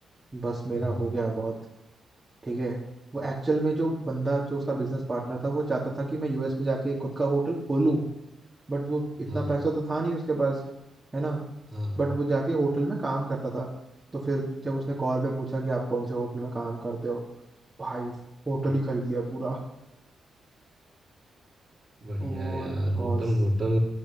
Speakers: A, on the right; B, on the right.
A: बस मेरा
B: हाँ
A: हो गया बहुत ठीक है वो एक्चुअल में जो बंदा जो उसका बिजनेस पार्टनर था वो चाहता था कि मैं यूएस में जाके खुद का होटल खोलूं बट वो इतना
B: हाँ
A: पैसा तो था नहीं उसके पास है ना
B: हाँ
A: बट वो जाके होटल में काम करता था तो फिर जब उसने कॉल पे पूछा कि आप कौन से होटल में काम करते हो भाई होटल
B: हम्म।
A: ही खरीद लिया पूरा
B: बढ़िया
A: वो
B: यार होटल
A: बहुत
B: होटल